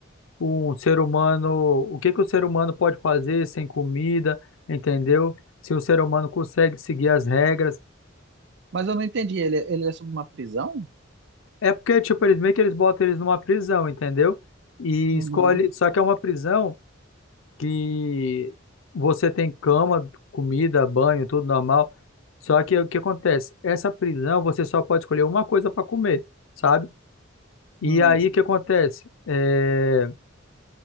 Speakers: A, on the left (about 75°); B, on the right (about 60°).
A: um ser humano, o que que o ser humano pode fazer sem comida, entendeu? Se o ser humano consegue seguir as regras.
B: Mas eu não entendi, ele, é, ele é sobre uma prisão?
A: É porque, tipo, eles meio que eles botam eles numa prisão, entendeu? E
B: Uhum,
A: escolhe, só que é uma prisão que você tem cama, comida, banho, tudo normal. Só que o que acontece? Essa prisão você só pode escolher uma coisa para comer, sabe? E
B: uhum,
A: aí o que acontece? É...